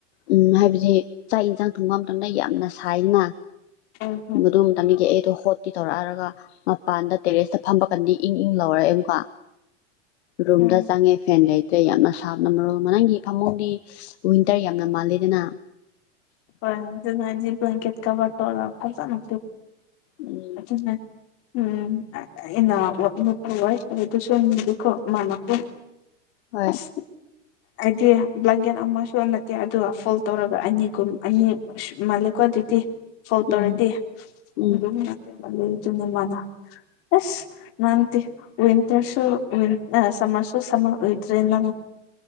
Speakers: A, on the left; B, on the left.
A: ꯎꯝ ꯍꯥꯏꯕꯗꯤ ꯆꯥꯛ ꯌꯦꯟꯁꯥꯡ ꯊꯣꯡꯐꯝ ꯃꯇꯝꯗ ꯌꯥꯝꯅ ꯁꯥꯏꯖꯅ
B: ꯎꯝ ꯎꯝ
A: ꯃꯗꯨꯝ ꯇꯝꯕꯤꯒ ꯑꯩ ꯑꯗꯨ ꯍꯣꯠꯇꯤ ꯇꯧꯔꯛꯑꯔꯒ ꯃꯄꯥꯟꯗ ꯇꯦꯔꯦꯁꯇ ꯐꯝꯕ ꯀꯥꯟꯗꯤ ꯏꯪ ꯏꯪ ꯂꯧꯔꯛꯑꯦ ꯑꯃꯨꯛꯀ ꯔꯣꯝꯗ
B: ꯎꯝ
A: ꯆꯥꯡꯉꯦ ꯐꯦꯟ ꯂꯩ ꯌꯥꯝꯅ ꯁꯥꯕꯅ ꯃꯔꯣꯜ ꯅꯪꯒꯤ ꯐꯃꯨꯡꯗꯤ ꯋꯤꯟꯇꯔ ꯌꯥꯝꯅ ꯃꯥꯜꯂꯤꯗꯅ
B: ꯀꯖꯤ ꯄ ꯀꯦꯀ ꯇꯣꯔ ꯐꯔ ꯆ ꯅ
A: ꯎꯝ
B: ꯑꯗꯨ ꯎꯝ ꯑꯩꯅ ꯅꯨꯄꯥ ꯑꯣꯏ ꯍꯥꯏꯗꯨꯁꯨꯀꯣ ꯃꯥ ꯃꯄ
A: ꯍꯣꯏ
B: ꯑꯁ ꯍꯥꯏꯗꯤ ꯂꯕ꯭ꯂꯒꯦꯟ ꯑꯃꯁ ꯁ ꯅꯠꯇꯦ ꯑꯗꯨꯒ ꯐꯣꯜ ꯇꯧꯔꯒ ꯑꯅꯤꯒꯨꯝ ꯑꯅꯤ ꯃꯥꯜꯂꯦꯀꯣ ꯑꯗꯨꯗꯤ ꯐꯧ ꯇꯧꯔꯗꯤ
A: ꯎꯝ ꯎꯝ
B: ꯑꯗꯨ ꯑ ꯆꯨꯝ ꯃꯅ ꯑꯁ ꯅꯥꯟꯇꯤ ꯍꯋꯟꯇꯁꯨꯣꯋꯤꯟ ꯑ ꯁꯥꯁꯨꯣ ꯏꯗ꯭ꯔꯦ ꯅ